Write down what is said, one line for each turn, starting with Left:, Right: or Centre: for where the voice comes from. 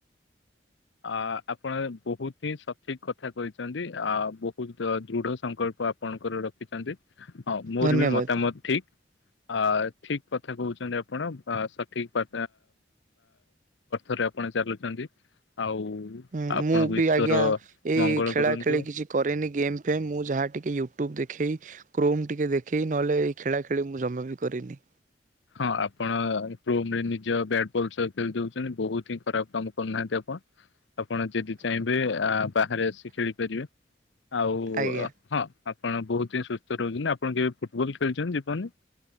Left: ଅ ଆପଣ ବହୁତ ହିଁ ସଠିକ କଥା କହିଛନ୍ତି, ଆ ବହୁତ ଦୃଢ ସଂକଳ୍ପ ଆପଣଙ୍କର ରଖିଛନ୍ତି ହଁ ମୋର
Right: ଧନ୍ୟବାଦ
Left: ବି ମତାମତ ଠିକ୍ ଆ ଠିକ୍ କଥା କହୁଛନ୍ତି, ଆପଣ ସଠିକ ଥରେ ଆପଣ ଚାଲୁଛନ୍ତି, ଆଉ
Right: ହୁଁ
Left: ଆପଣଙ୍କୁ
Right: ମୁଁ ବି
Left: ଈଶ୍ୱର
Right: ଆଜ୍ଞା ଏଇ
Left: ମଙ୍ଗଳ
Right: ଖେଳା
Left: କରନ୍ତୁ
Right: ଖେଳି କିଛି କରେନି, ଗେମ୍ ଫେମ ମୁଁ ଯାହା ଟିକେ ୟୁଟ୍ୟୁବ ଦେ ଖେଇ, କ୍ରୋମ ଟିକେ ଦେଖେଇ ନହେଲେ ଏଇ ଖେଳା ଖେଳି ମୁଁ ଜମା ବି କରିନି।
Left: ହଁ ଆପଣ କ୍ରୋମ ରେ ନିଜ ବ୍ୟାଟ ବଲ ସହ ଖେଳି ଦଉଛନ୍ତି, ବହୁତ ହିଁ ଖରାପ କାମ କରୁନାହାନ୍ତି ଆପଣ ଆପଣ ଯଦି ଚାହିଁବେ ଆ ବାହାରେ ଆସି ଖେଳିପାରିବେ, ଆଉ
Right: ଆଜ୍ଞା
Left: ହଁ ଆପଣ ବହୁତ ହିଁ ସୁସ୍ଥ ରହୁଛନ୍ତି। ଆପଣ କେବେ ଫୁଟବଲ ଖେଳୁଛନ୍ତି ଜୀବନ ରେ?